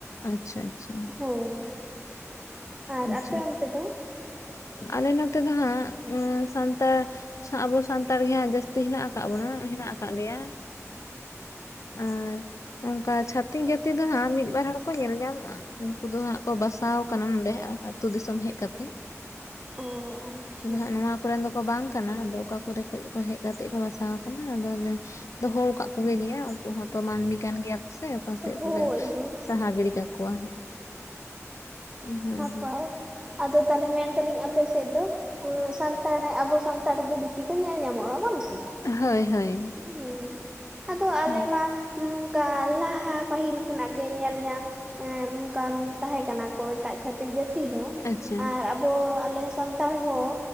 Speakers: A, on the left (about 70°); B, on the right (about 15°).
A: ᱟᱪᱪᱷᱟ ᱟᱪᱪᱷᱟ
B: ᱦᱳᱭ ᱟᱨ
A: ᱟᱪᱪᱷᱟ
B: ᱟᱯᱮ ᱚᱱᱛᱮ ᱫᱚᱼᱼ
A: ᱟᱞᱮ ᱱᱚᱛᱮ ᱫᱚ ᱦᱟᱸᱜ ᱥᱟᱱᱛᱟᱲᱼᱼ ᱟᱵᱚ ᱥᱟᱱᱛᱟᱲ ᱜᱮ ᱦᱟᱸᱜ ᱡᱟᱹᱥᱛᱤ ᱦᱮᱱᱟᱜ ᱠᱟᱜᱵᱚᱱᱟ ᱦᱮᱱᱟᱜ ᱠᱟᱫ ᱞᱮᱭᱟ᱾ ᱟᱨ ᱚᱱᱠᱟ ᱪᱷᱟᱛᱤᱠ ᱡᱟᱹᱛᱤ ᱫᱚ ᱦᱟᱸᱜ ᱢᱤᱫ ᱵᱟᱨ ᱦᱚᱲ ᱠᱚ ᱧᱮᱞ ᱧᱟᱢᱚᱜᱼᱟ᱾ ᱩᱱᱠᱩ ᱫᱚ ᱦᱟᱸᱜ ᱠᱚ ᱵᱟᱥᱟᱣ ᱠᱟᱱᱟ ᱱᱚᱰᱮ ᱟᱹᱛᱩ ᱫᱤᱥᱚᱢ ᱦᱮᱡ ᱠᱟᱛᱮ᱾
B: ᱚᱻ ᱟᱪᱪᱷᱟ
A: ᱟᱫᱚ ᱦᱟᱸᱜ ᱱᱚᱣᱟ ᱠᱚᱨᱮᱱ ᱫᱚ ᱠᱚ ᱵᱟᱝ ᱠᱟᱱᱟ ᱟᱫᱚ ᱚᱠᱟ ᱠᱚᱨᱮ ᱠᱷᱚᱡ ᱠᱚ ᱦᱮᱡ ᱠᱟᱛᱮᱜ ᱠᱚ ᱵᱟᱥᱟᱣ ᱟᱠᱟᱱᱟ ᱟᱫᱚ ᱟᱞᱮᱼᱼ ᱫᱚᱦᱚ ᱠᱟᱜ ᱠᱚᱜᱮ ᱜᱮᱭᱟ ᱩᱱᱠᱩ ᱦᱚᱸᱛᱚ ᱢᱟᱹᱱᱢᱤ ᱠᱟᱱ ᱜᱮᱭᱟ ᱠᱚ ᱥᱮᱼᱼ ᱚᱠᱟ ᱥᱮᱫ
B: ᱦᱳᱭ
A: ᱫᱚᱵᱮᱱ
B: ᱦᱳᱭ
A: ᱥᱟᱦᱟ ᱜᱤᱲᱤ ᱠᱟᱠᱚᱣᱟ ᱦᱟᱸᱜ ᱦᱮᱸ
B: ᱯᱟᱭ ᱟᱫᱚ ᱛᱟᱦᱚᱞᱮ ᱢᱮᱱᱼᱼ ᱛᱟᱞᱤᱧ ᱟᱯᱮ ᱥᱮᱫ ᱫᱚ ᱥᱟᱱᱛᱟᱲ ᱟᱵᱚ ᱥᱟᱱᱛᱟᱲᱜᱮ ᱵᱤᱥᱤ ᱠᱚ ᱧᱮᱞ ᱧᱟᱢᱚᱜᱼᱟ ᱵᱟᱝ ᱥᱮ?
A: ᱦᱳᱭ ᱦᱳᱭ
B: ᱦᱩᱸ ᱟᱫᱚ ᱟᱞᱮ
A: ᱦᱳᱭ
B: ᱢᱟ ᱱᱚᱝᱠᱟ ᱞᱟᱦᱟᱼᱼ ᱦᱟᱸ ᱯᱟᱹᱦᱤᱞ ᱠᱷᱚᱱᱟᱜ ᱜᱮ ᱧᱮᱞ ᱧᱟᱢ ᱮ ᱚᱱᱠᱟ ᱛᱟᱦᱮᱸ ᱠᱟᱱᱟ ᱠᱚ ᱮᱴᱟᱜ ᱪᱷᱟᱛᱤᱠ ᱡᱟᱹᱛ ᱛᱤ ᱦᱚᱸ
A: ᱟᱪᱪᱷᱟ
B: ᱟᱨᱼᱼ ᱟᱵᱚ ᱟᱞᱮ ᱥᱟᱱᱛᱟᱲ ᱦᱚᱸ